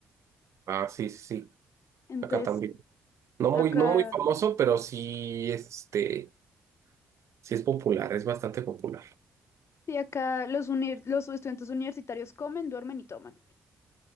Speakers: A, on the right; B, on the left.
A: Ah, sí, sí, sí.
B: Entonces,
A: Acá también. No
B: acá,
A: muy, no muy famoso, pero sí, este, sí es popular, es bastante popular.
B: sí, acá los, uni los estudiantes universitarios comen, duermen y toman.